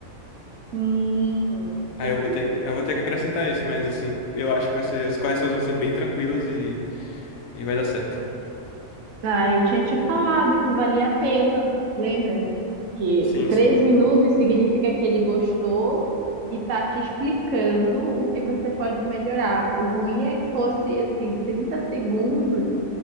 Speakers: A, on the right; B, on the left.
A: hum,
B: Aí
A: entendi.
B: eu vou ter, eu vou ter que acrescentar isso, mas assim, eu acho que vai ser, as correções vão ser bem tranquilas e, e vai dar certo.
A: Ah, eu tinha te falado que valia a pena, lembra? Que
B: Sim,
A: três
B: sim.
A: minutos significa que ele gostou e tá te explicando o que você pode melhorar. O ruim é que fosse assim, 30 segundos,